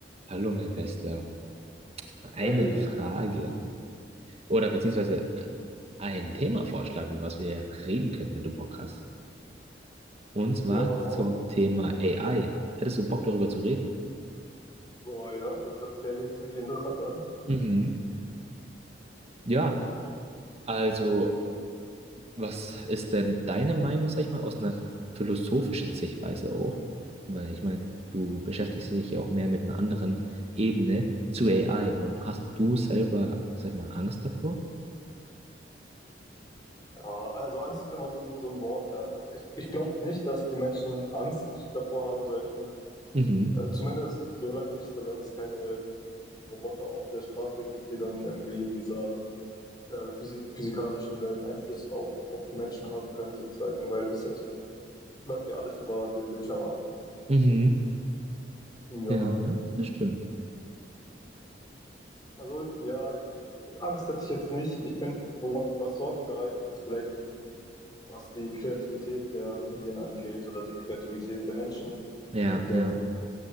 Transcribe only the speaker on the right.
Hallo, mein Bester. Eine
Frage
oder beziehungsweise ein Themavorschlag, über was wir reden können, wenn du Bock hast. Und zwar
zum
Thema AI. Hättest du Bock, darüber zu reden?
Mhm. Ja, also, was ist denn deine Meinung, sag ich mal, aus einer philosophischen Sichtweise auch? Weil ich meine, du beschäftigst dich ja auch mehr mit einer anderen Ebene zu AI und hast du selber, sag ich mal, Angst davor?
Mhm.
Mhm.
Ja, das stimmt.
Ja,
ja.